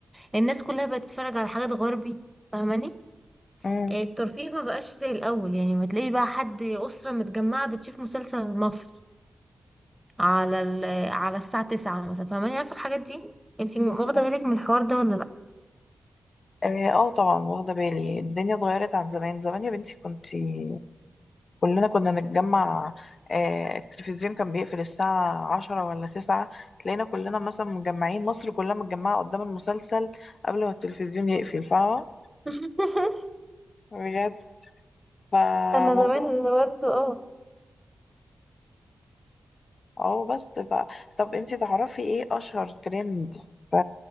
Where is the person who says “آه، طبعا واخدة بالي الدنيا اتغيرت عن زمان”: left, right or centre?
Left